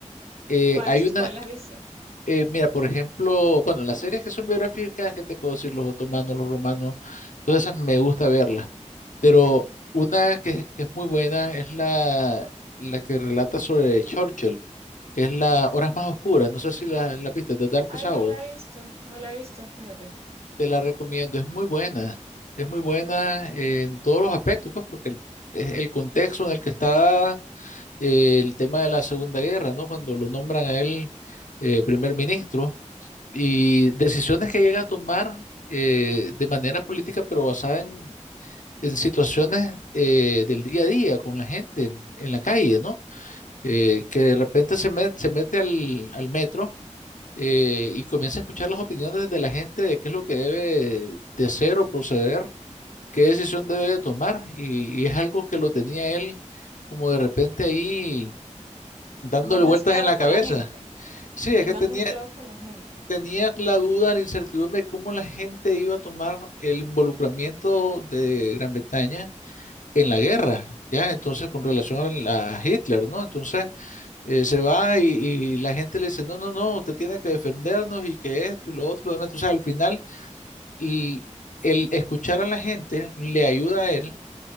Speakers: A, on the left (about 90°); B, on the right (about 50°).
A: Eh,
B: ¿cuál
A: hay
B: es,
A: una,
B: cuál la viste?
A: eh, mira, por ejemplo, bueno, las series que son biográficas, ¿qué te puedo decir? Los otomanos, los romanos, todas esas me gusta verlas. Pero
B: Ajá.
A: una que, que es muy buena es la, la que relata sobre Churchill, que es la Horas Más Oscuras. No sé si la, la viste, The Darkest
B: Ay,
A: Hours.
B: no la he visto, no la he visto, fíjate.
A: Te la recomiendo, es muy buena. Es muy buena en todos los aspectos, pues, porque el, es el contexto en el que está dada, eh, el tema de la Segunda Guerra, ¿no? Cuando lo nombran a él eh, primer ministro y decisiones que llega a tomar eh, de manera política, pero basada en en situaciones eh, del día a día con la gente en, en la calle, ¿no? Eh, que de repente se, met- se mete al, al metro eh, y comienza a escuchar las opiniones de la gente de qué es lo que debe de hacer o proceder, qué decisión debe de tomar. Y, y es algo que lo tenía él como de repente ahí dándole
B: Más mezclado
A: vueltas en la
B: con
A: cabeza.
B: la gente,
A: Sí,
B: y
A: es que
B: más
A: tenía,
B: mezclado con la gente.
A: tenía la duda, la incertidumbre de cómo la gente iba a tomar el involucramiento de Gran Bretaña en la guerra, ¿ya? Entonces, con relación a, la- a Hitler, ¿no? Entonces, eh, se va y, y la gente le dice, no, no, no, usted tiene que defendernos y que esto y lo otro, lo demás. Entonces, al final, l- el escuchar a la gente le ayuda a él